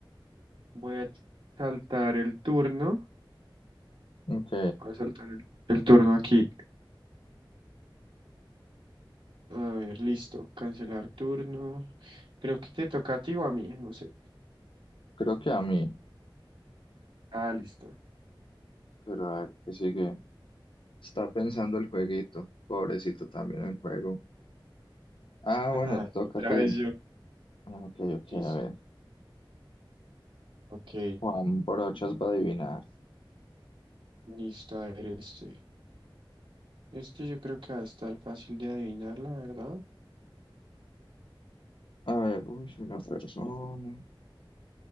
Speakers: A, on the right (about 75°); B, on the left (about 70°).
A: voy a saltar el turno.
B: Ok,
A: Voy a saltar el, el turno aquí. A ver, listo. Cancelar turno. Creo que te toca a ti o a mí, no sé.
B: creo que a mí.
A: Ah, listo. <laughs>
B: Pero a ver, ¿qué sigue? Está pensando el jueguito. Pobrecito también el juego. Ah,
A: Ajá,
B: bueno, toca
A: otra
B: a ti.
A: vez yo.
B: Ah, Ok, ok,
A: Listo.
B: a ver.
A: Ok,
B: Juan Brochas va a adivinar.
A: listo. A ver este. Este yo creo que va a estar fácil de adivinar, la verdad.
B: A ver, uy, una persona.